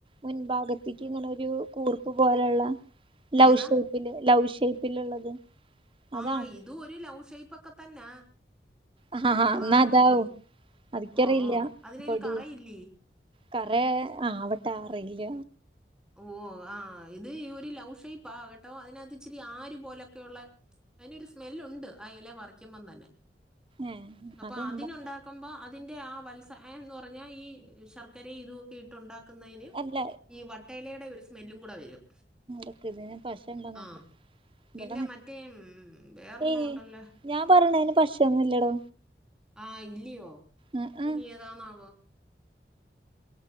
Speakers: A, on the right (about 30°); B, in the centre.
A: മുൻഭാഗത്തേക്ക് ഇങ്ങ ഒരു കൂർപ്പ് പോലെയുള്ള ലവ്
B: ഏതാ?
A: ഷേപ്പില് ലവ് ഷേപ്പിലുള്ളത് അതാണോ
B: ആഹ് ഇത് ഒരു ലൗഷേപ്പ് ഒക്കെ തന്നെ
A: ആഹ് ഹാ
B: അതാണോ
A: എന്നാ അതാവും
B: ഇനി
A: അതിക്കറിയില്ല
B: ഓ ഓ അതിനൊരു
A: പൊടി
B: കറയില്ലേ
A: കറ ആവിട്ട അറിയില്ല
B: ഓ ആഹ് ഇത് ഈ ഒരു ലൗഷയിപ്പ ആകട്ടോ അതിനകത്ത് ഇച്ചിരി ആര് പോലെയൊക്കെയ ഉള്ള അതിനൊരു സ്മെല് ഉണ്ട് ആ ഇല പററിക്കുമ്പം തന്നെ
A: ഏ
B: അപ്പൊ
A: അതെന്താ
B: അതിനുണ്ടാക്കുമ്പോ അതിന്റെ ആ വത്സ എന്ന് പറഞ്ഞാ ഈ ശർക്കരയും ഇതൊക്കെ ഇട്ടുണ്ടാക്കുന്നതിന്
A: അല്ല
B: ഈ വട്ടേലയുടെ ഒരു സ്മെല്ലും കൂടെ വരും
A: ക്ക് ഇതി പശ ഇണ്ട നോക്ക
B: ആ
A: ഇവിടെ
B: പിന്നെ
A: ന
B: മറ്റേ ഉം, വേറൊരെണ്ണം
A: ഏയ്
B: ഉണ്ടല്ലോ
A: ഞാൻ പറണതിന് പശ ഒന്നും ഇല്ലടോ
B: ആഹ ഇല്ലയോ
A: ഉം
B: അതിനി
A: ഉം
B: ഏതാന്നാവോ?